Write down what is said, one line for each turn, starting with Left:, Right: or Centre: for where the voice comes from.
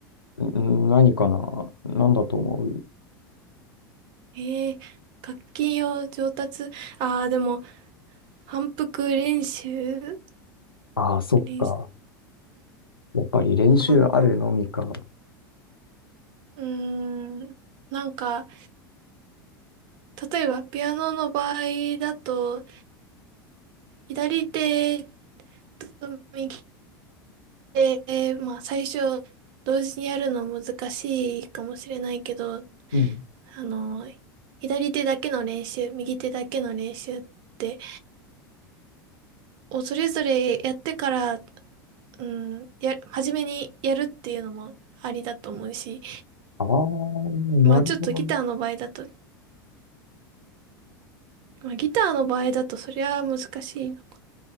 Left: ん何かな何だと思う
Right: えー、楽器を上達、ああ、でも、反復練習、
Left: ああそっか。
Right: 練習
Left: やっぱり練習あるのみか。
Right: かな。うーん、なんか、例えば、ピアノの場合だと、左手と右手、まあ、最初、同時にやるの難しいかもしれないけど、
Left: うん。
Right: あの、左手だけの練習、右手だけの練習って、をそれぞれやってから、うん、や、初めにやるっていうのもありだと思うし、
Left: ああ、な
Right: まあちょっとギターの場合だと、
Left: るほどね。
Right: まあギターの場合だとそりゃ難しいの